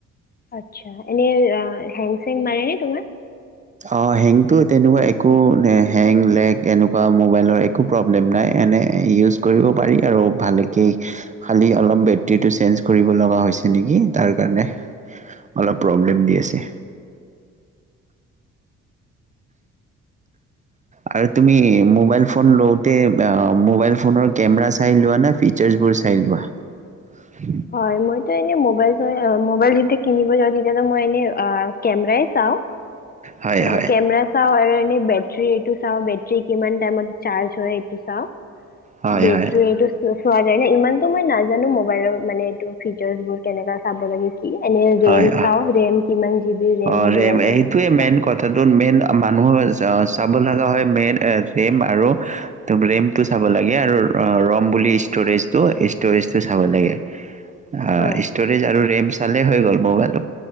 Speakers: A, on the left; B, on the right.
A: আচ্ছা এনে হেগ চেং মাৰে নে তোমাৰ।
B: অ হেংটো তেনেকুৱা একো হেং লেগ এনেকুৱা মোবাইলৰ একো প্ৰব্লেম নাই এনে ইউজ কৰিব পাৰি আৰু ভালকে খালি অলপ বেটৰীটো চেঞ্জ কৰিব লগা হৈছে নেকি তাৰ কাৰণে অলপ। প্ৰব্লেম দি
A: আচ্ছা
B: আছে। আৰু তুমি মোবাইল ফোন লওঁতে মোবাইল ফোনৰ কেমেৰা চাই লোৱা না ফিচাৰ্চবোৰ চাই লোৱা? <unintelligible>
A: হয় মই তো এনেই মোবাইল যদি কিনিবলে যাওঁ মই এনেই কেমেৰাই চাওঁ।
B: হয়
A: হে
B: হয়
A: কেমেৰা চাও আৰু বেটৰি এইটো চাওঁ বেটৰি কিমান টাইমত চাৰ্জ হয় এইটো চাওঁ।
B: হয়
A: বেটৰি
B: হয়
A: এইটো চোৱা যায় ন ইমানতো মই নাজানো মোবাইলৰ। মানে এইটো ফিচাৰ্চ বোৰ কেনেকা চাব লাগে। এনে ৰেম
B: হয় অ
A: চাওঁ ৰেম কিমান। জি বি
B: অ
A: হ'ব
B: ৰেম
A: লাগে
B: সেইটোয়ে
A: সেইবোৰ চাওঁ
B: মেইন কথাটো মেইন মানুহৰ। চাব লগা হয় মেইন ৰেম আৰু ৰেমটো চাব লাগে আৰু ৰম বুলি ষ্টৰেজটো ষ্টৰেজটো চাব লাগে। অ
A: হয়
B: ষ্টৰেজ আৰু ৰেম চালে হৈ গ'ল। মোবাইলৰ